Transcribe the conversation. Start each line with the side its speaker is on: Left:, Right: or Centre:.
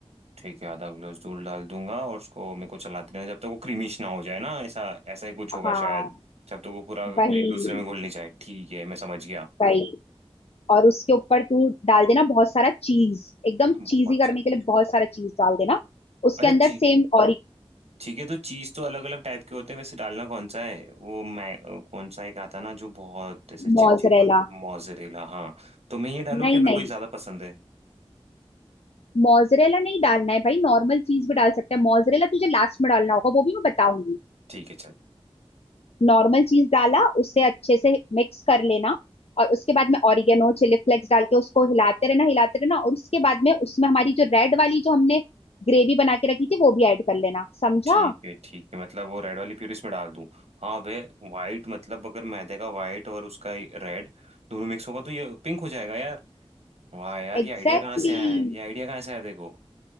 Right: ठीक है आधा ग्लास दूध डाल दूंगा और उसको मेरे को चलाते रहना जब तक वो क्रीमिश ना हो जाए ना ऐसा ऐसा ही कुछ होगा
Left: हाँ
Right: शायद जब तक वो पूरा
Left: वही
Right: एक दूसरे में घुल नहीं जाए ठीक है मैं समझ गया
Left: वही और उसके ऊपर तू डाल देना बहुत सारा चीज एकदम
Right: बहुत
Left: चीजी
Right: सारी
Left: करने के लिए
Right: चीज
Left: बहुत सारा चीज डाल देना उसके
Right: अच्छा
Left: अंदर
Right: ची
Left: सेम और
Right: ठीक है तो चीज तो अलग अलग टाइप के होते हैं वैसे डालना कौन सा है वो मैं अ, कौन सा एक आता ना जो बहुत ऐसे चिपचिप
Left: मोजरेला
Right: होता है मोजरेला हाँ तो मैं ये डालू
Left: नहीं
Right: क्या मेरे
Left: नहीं
Right: को ये ज्यादा पसंद है
Left: मोजरेला नहीं डालना है भाई नॉर्मल चीज भी डाल सकते हैं मोजरेला तुझे लास्ट में डालना होगा वो भी मैं बताऊंगी
Right: ठीक है चल
Left: नॉर्मल चीज डाला उसे अच्छे से मिक्स कर लेना और उसके बाद में ऑरिगेनो चिली फ्लेक्स डाल के उसको हिलाते रहना हिलाते रहना और उसके बाद में उसमें हमारी जो रेड वाली जो हमने ग्रेवी बना के रखी थी वो भी ऐड कर लेना समझा
Right: ठीक है ठीक है मतलब वो रेड वाली प्यूरी इसमें डाल दूं हाँ वे वाइट मतलब अगर मैदे का वाइट और उसका रेड दोनों मिक्स होगा तो ये पिंक हो जाएगा यार वाह यार
Left: Exactly
Right: ये आइडिया कहाँ से
Left: exactly.
Right: आया है ये आइडिया कहाँ से आया देखो